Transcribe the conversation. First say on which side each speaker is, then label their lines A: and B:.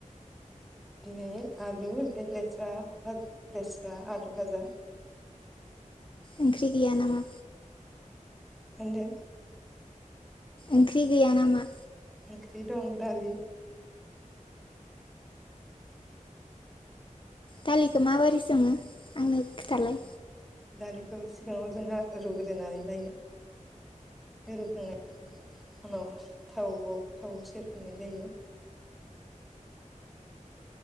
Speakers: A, in the centre; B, on the left (about 40°).
A: दिनै आलु ओमफ्राय लेस्रा लेस्रा आलु भाजा
B: ओंख्रि गैया नामा?
A: होनदो
B: ओंख्रि गैया नामा?
A: ओंख्रि दं दालि
B: दालिखौ माबोरै सङो आंनो खोथालाय?
A: दालिखौ सिगाङाव जोंहा रुग्रोनानै लायो। रुखांनाय उनाव थावआव थाव सेरफिननाय जायो।